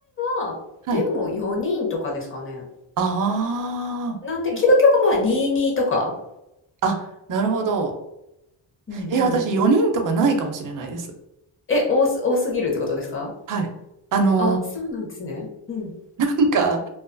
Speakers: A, on the left; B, on the right.
A: 大は、
B: はい。
A: でも4人とかですかね。
B: ああ。
A: なんで、究極まあ22とか。
B: あ、なるほど。
A: うんうん
B: え、私4人とかないかもしれないです。
A: え、多す多すぎるってことですか？
B: はい。あの、
A: あ、そうなんですね。うん。
B: なんか、